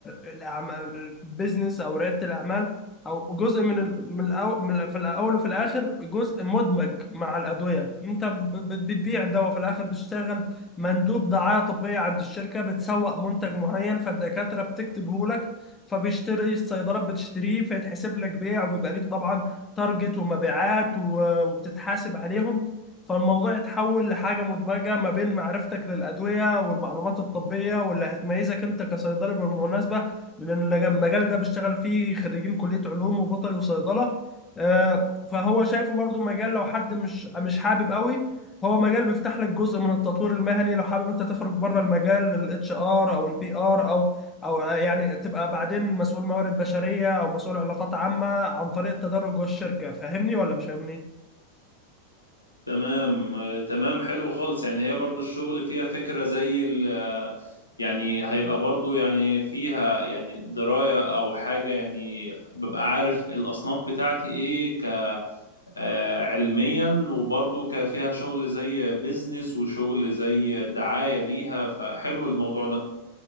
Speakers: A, on the left (about 15°); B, on the left (about 80°).
A: الأعمال البيزنس أو ريادة الأعمال أو جزء من ال- من الأو- من- ال- في الأول وفي الآخر جزء مدمج مع الأدوية أنت ب- بت- بتبيع دواء في الآخر بتشتغل مندوب دعاية طبية عند الشركة بتسوق منتج معين فالدكاترة بتكتبه لك فبيشتري الصيدلات بتشتريه فيتحسب لك بيع وبيبقى ليك طبعا تارجت ومبيعات و- وبتتحاسب عليهم فالموضوع اتحول لحاجة مدمجة ما بين معرفتك للأدوية والمعلومات الطبية واللي هتميزك أنت كصيدلي بالمناسبة لأن المجال ده بيشتغل فيه خريجين كلية علوم وبيطري وصيدلة آه، فهو شايفه برضو مجال لو حد مش مش حابب قوي هو مجال بيفتح لك جزء من التطوير المهني لو حابب انت تخرج بره المجال للاتش ار او البي ار او او يعني تبقى بعدين مسؤول موارد بشريه او مسؤول علاقات عامه عن طريق التدرج جوه الشركه فاهمني ولا مش فاهمني
B: تمام آه، تمام حلو خالص يعني هي برضو الشغل فيها فكرة زي ال آه، يعني هيبقى برضو يعني فيها يعني دراية أو حاجة يعني ببقى عارف الأصناف بتاعتي إيه ك آه، علميا وبرضو ك- فيها شغل زي بيزنس وشغل زي دعاية ليها فحلو الموضوع ده